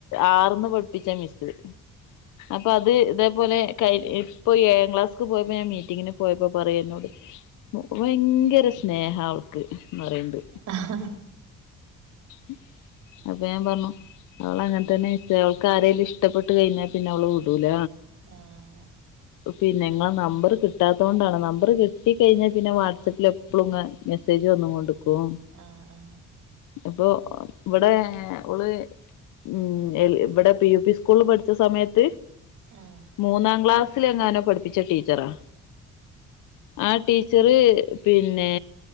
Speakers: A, on the left; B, on the right.
A: ആർന്ന് പഠിപ്പിച്ച മിസ്സ് അപ്പൊ അത് ഇതേപോലെ ക ഇപ്പൊ ഏഴാം ക്ലാസ്ക് പോയപ്പോ ഞാൻ മീറ്റിങ്ങിന് പോയപ്പോ പറയും എന്നോട് ഭയങ്കര സ്നേഹം അവൾക്ക് എന്ന് പറയണ്ട്
B: ആഹ്
A: ഉ അപ്പൊ ഞാൻ പറഞ്ഞു അവളങ്ങനെ തന്നെ മിസ്സെ അവൾക്ക് ആരേലും ഇഷ്ടപ്പെട്ട് കഴിഞ്ഞാൽ പിന്നെ അവള് വിടൂല
B: ആഹ
A: പിന്നെങ്ങളെ നമ്പർ കിട്ടാത്തത കൊണ്ടാണ് നമ്പർ കിട്ട കഴിഞ്ഞാൽ പിന്നെ വാട്സആപ്പിൽ എപ്പോഴും മെസ്സേ ന്നും കൊണ്ട്ക്കും
B: ആഹ്
A: ഇപ്പൊ ഇവിടെ ഓള് ഉം ഇവിടെ പി യു പി സ്കൂള പഠിച്ച സമയത്ത്
B: ആഹ്
A: മൂന്നാം ക്ലാസ്സിലങ്ങാനോ പഠിപ്പിച്ച ടീച്ചറാ ആ ടീ ചെറിയ പിന്നെ